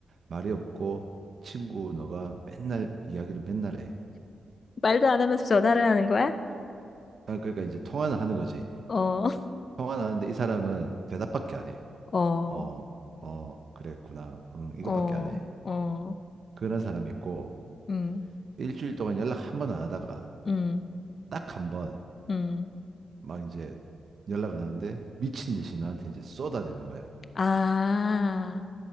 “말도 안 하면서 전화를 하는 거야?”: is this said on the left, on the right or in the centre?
Left